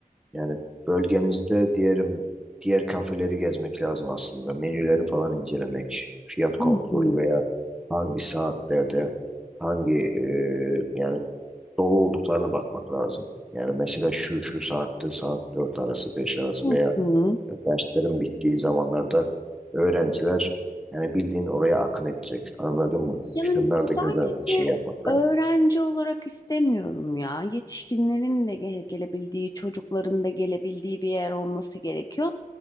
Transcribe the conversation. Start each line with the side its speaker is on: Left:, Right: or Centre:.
Centre: Yani bölgemizde diyelim diğer kafeleri gezmek lazım aslında. Menüleri falan incelemek, fiyat kontrolü
Left: Hı hı.
Centre: veya hangi saatlerde hangi e, yani dolu olduklarına bakmak lazım. Yani mesela şu şu saatte saat 4 arası 5 arası
Left: Hı
Centre: veya
Left: hı.
Centre: derslerin bittiği zamanlarda öğrenciler yani bildiğin oraya akın edecek. Anladın mı?
Left: Yani
Centre: Şunlar
Left: sadece
Centre: da göze şey yapmak
Left: öğrenci
Centre: lazım.
Left: olarak istemiyorum ya. Yetişkinlerin de ge- gelebildiği, çocukların da gelebildiği bir yer olması gerekiyor.